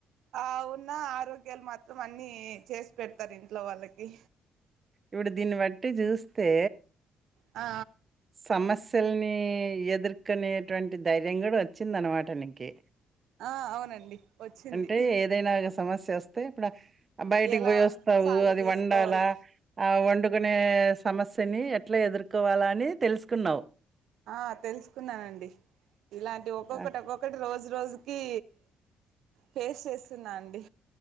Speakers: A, on the right; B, on the right.
A: ఆ ఉన్న ఆరోగ్యాలు మాత్రం అన్ని చేసి పెడతారు ఇంట్లో వాళ్ళకి.
B: ఇవుడు దీన్ని బట్టి చూస్తే,
A: ఆ
B: సమస్యల్ని ఎదుర్కొనేట్వంటి ధైర్యం కూడ ఒచ్చిందనమాట నీకి.
A: <inaudible> అవునండి వచ్చింది
B: అంటే ఏదైన ఇగ సమస్యోస్తే ఇప్పుడ బయటికి
A: ఎలా
B: పోయి వొస్ తావు
A: సాల్వ్
B: అది
A: చేసుకోవాలి
B: వండాల ఆ వండుకునే సమస్యని ఎట్ల ఎదుర్కోవాల అని తెలుసుకున్నావు
A: ఆ తెలుసుకున్నానండి ఇలాంటి ఒక్కొక్కటొక్కో
B: ఆ!
A: క్కటి రోజు రోజుకి ఫేస్ చేస్తున్నా అండి